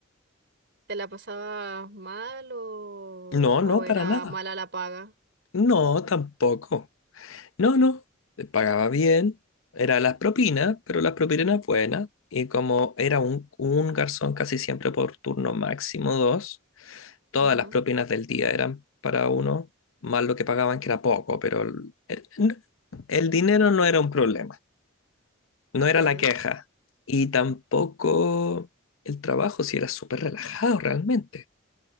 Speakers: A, on the right (about 60°); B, on the left (about 75°).
A: ¿Te la pasabas mal o,
B: No,
A: o
B: no,
A: era
B: para nada.
A: mala la paga?
B: No, tampoco. No, no. Pagaba bien. Era las propinas, pero las propinas eran buenas. Y como era un, un garzón casi siempre por turno máximo dos, todas
A: Ujú,
B: las propinas del día eran para uno, más lo que pagaban que era poco, pero el, el- el dinero no era un problema, no
A: Ok.
B: era la queja. Y tampoco el trabajo, si era súper relajado realmente.